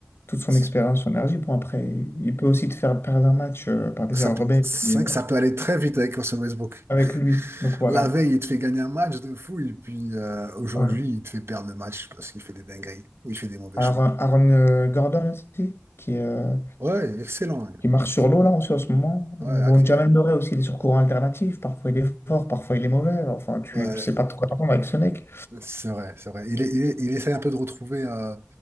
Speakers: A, on the left; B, on the right.
A: toute son
B: C'est-
A: expérience, son énergie. Bon, après, il peut aussi te faire perdre un match euh, par des
B: Ça,
A: erreurs
B: peut-
A: rebelles
B: c'est
A: et,
B: vrai
A: euh,
B: que ça peut aller très vite avec Russell Westbrook.
A: avec lui. Donc voilà.
B: La veille, il te fait gagner un match de fou, et puis euh, aujourd'hui,
A: Ouais.
B: il te fait perdre le match parce qu'il fait des dingueries ou il fait des mauvais
A: Aaron,
B: choix.
A: Aaron, euh, Gordon aussi, qui, euh,
B: Ouais, excellent. hein.
A: qui marche
B: Ex-
A: sur l'eau là aussi en ce moment.
B: Ouais,
A: Euh, bon,
B: ac-
A: Jamal Murray aussi, il est sur courant alternatif. Parfois, il est fort, parfois, il est mauvais. Enfin, tu,
B: ouais,
A: tu sais pas de quoi t'attendre avec ce mec.
B: C'est vrai, c'est vrai. Il, est- il, est- il essaie un peu de retrouver euh,